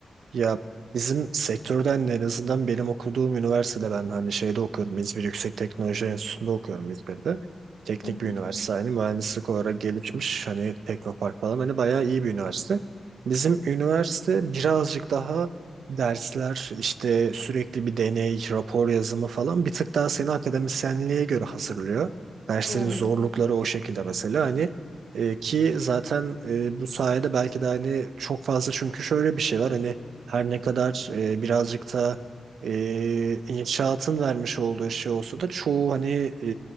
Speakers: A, on the right; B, on the left.
A: Ya bizim sektörden de en azından benim okuduğum üniversitede ben hani şeyde okuyorum. İzmir Yüksek Teknoloji Enstitüsü'nde okuyorum İzmir'de. Teknik
B: Hı hı.
A: bir üniversite hani mühendislik olarak gelişmiş hani Teknopark falan hani bayağı iyi bir üniversite. Bizim üniversite birazcık daha dersler işte sürekli bir deney, rapor yazımı falan bir tık daha seni akademisyenliğe göre hazırlıyor. Derslerin
B: Hı.
A: zorlukları o şekilde mesela hani e, ki zaten e, bu sayede belki de hani çok fazla çünkü şöyle bir şey var hani her ne kadar e, birazcık da e, inşaatın vermiş olduğu şey olsa da çoğu hani e,